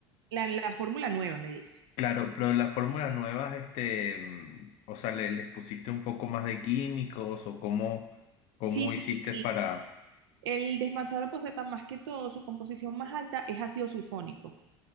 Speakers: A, on the right (about 65°); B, on the left (about 50°).
A: la, la fórmula nueva, me dice.
B: Claro, pero las fórmulas nuevas, este, mm, o sea, le- les pusiste un poco más de químicos o cómo, cómo
A: Sí, sí,
B: hiciste
A: sí.
B: para.
A: El desmanchador de poceta, más que todo, su composición más alta es ácido sulfónico.